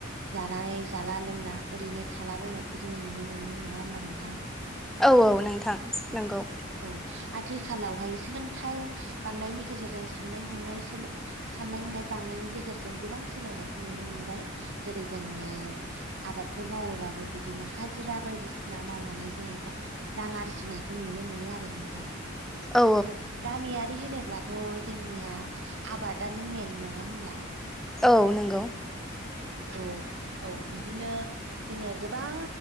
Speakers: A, on the right; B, in the centre.
A: जानानै जाला लोंला ओरैनो थालाबायनायखौ जोङो नुनो मोनोमोन नङा होनबा नोंथां?
B: औ औ नोंथां नंगौ।
A: औ आथिखालावहाय सोलोंथाइ बांनायनि गेजेरजों साननाय हनाय साननाय हनाय बांनायनि गेजेरजों गोबां सोलायनायखौ नुनो मोनबाय जेरै जोङो आबादफोर मावोबाबो बिदिनो हाजिरा बायदिसिना मावनानै जोङो रां आरजिनाय बेखौ नुनो मोनो आरो नोंथां
B: औ
A: गामियारि होनोब्लाथ' जोंनिया आबादानो मेन नङा होनब्ला?
B: औ नंगौ।
A: औ औ बिदिनो जोङो गोबां